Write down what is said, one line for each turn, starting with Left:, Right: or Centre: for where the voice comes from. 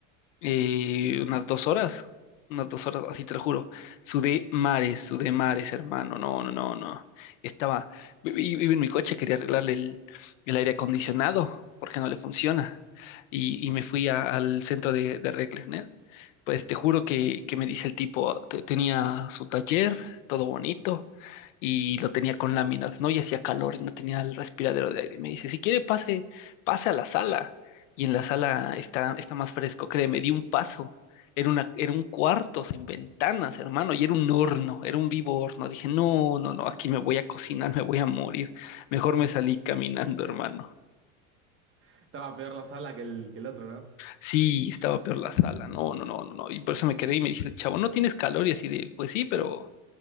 Left: Eh, unas dos horas, unas dos horas, así te lo juro. Sudé mares, sudé mares, hermano, no, no, no, no. Estaba, iba iba en mi coche, quería arreglarle el, el aire acondicionado, porque no le funciona. Y, y me fui a- al centro de, de arregles, pues te juro que, que me dice el tipo, te- tenía su taller, todo bonito, y lo tenía con láminas, ¿no? Y hacía calor y no tenía el respiradero de aire. Me dice, si quiere pase, pase a la sala. Y en la sala está, está más fresco, créeme, di un paso. Era una, era un cuarto sin ventanas, hermano, y era un horno, era un vivo horno. Dije, no, no, no, aquí me voy a cocinar, <laughs> me voy a morir. Mejor me salí caminando, hermano.
Right: Estaba peor la sala que el, que el otro, ¿no? <laughs>
Left: Sí, estaba peor la sala, no, no, no, no, no. Y por eso me quedé y me dice el chavo, ¿no tienes calor? Y así de, pues sí, pero,